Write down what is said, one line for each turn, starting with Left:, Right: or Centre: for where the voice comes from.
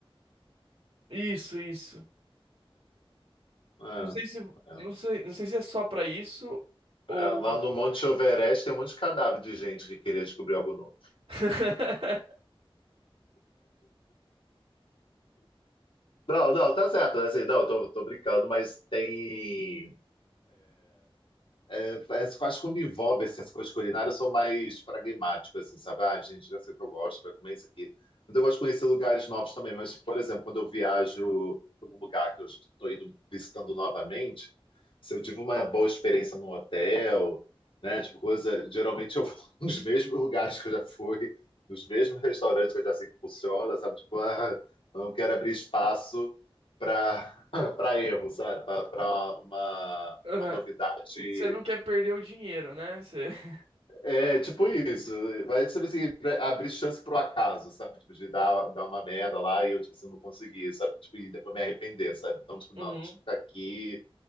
Right: Isso, isso.
Left: É,
Right: Não sei se,
Left: é.
Right: não sei, não sei se é só pra isso ou.
Left: É, lá no Monte Everest tem um monte de cadáver de gente que queria descobrir algo novo.
Right: <laughs>
Left: Não, não, tá certo. Assim, não, tô, tô brincando, mas tem. É, mas eu quando envolve assim, as coisas culinárias, eu sou mais pragmático, assim, sabe? Ah, gente, já sei o que eu gosto, vai comer isso aqui. Mas eu gosto de conhecer lugares novos também. Mas, por exemplo, quando eu viajo para um lugar que eu estou indo visitando novamente, se eu tive uma boa experiência no hotel, né? Tipo, coisa. Geralmente eu vou <laughs> nos mesmos lugares que eu já fui, nos mesmos restaurantes que eu já sei que funciona, sabe? Tipo, ah, eu não quero abrir espaço para <laughs> para erro, sabe? Para uma,
Right: Aham.
Left: uma novidade
Right: Você não quer perder o dinheiro, né? Você... <laughs>
Left: é, tipo isso. Mas, tipo assim, pra- abrir chance pro acaso, sabe? Tipo, de dar, dar uma merda lá e eu, tipo assim, não conseguir, sabe? Tipo, e depois me arrepender, sabe? Então, tipo, não,
Right: Uhum.
Left: deixa eu ficar aqui,